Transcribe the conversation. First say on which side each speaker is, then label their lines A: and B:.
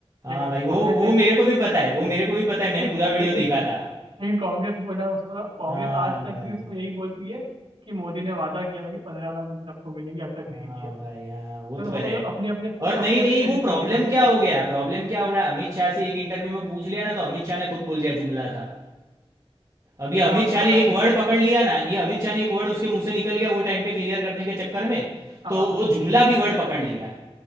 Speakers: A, on the right; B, on the right.
A: हाँ
B: लेकिन
A: भाई वो
B: कांग्रेस
A: वो
B: ने भी
A: मेरे को भी पता है वो मेरे को भी पता है
B: <laughs>
A: मैंने पूरा वीडियो
B: लेकिन
A: देखा था
B: लेकिन कांग्रेस बोला उसको कांग्रेस
A: हाँ
B: आज तक
A: भाई
B: भी उसको यही बोलती है कि मोदी ने वादा किया था कि पंद्रह लाख रुपए सबको मिलेंगे अब तक
A: हाँ
B: नहीं दिया
A: भाई हाँ वो
B: तो
A: तो
B: वो तो
A: है
B: मतलब अपने अपने
A: और
B: अपने
A: नहीं
B: अपने
A: नहीं
B: नेगेटिव
A: वो प्रॉब्लम
B: के हिसाब से करते
A: क्या हो गया
B: हैं
A: प्रॉब्लम क्या हो गया अमित शाह से एक इंटरव्यू में पूछ लिया ना तो अमित शाह ने खुद बोल दिया जुमला था अभी अमित
B: हाँ मतलब
A: शाह ने
B: पता
A: एक
B: नहीं
A: वर्ड पकड़ लिया ना ये अमित शाह ने एक वर्ड उसके मुंह से निकल गया वो टाइम पे क्लियर करने के चक्कर में
B: हाँ
A: तो
B: हाँ
A: वो जुमला भी वर्ड पकड़ लिया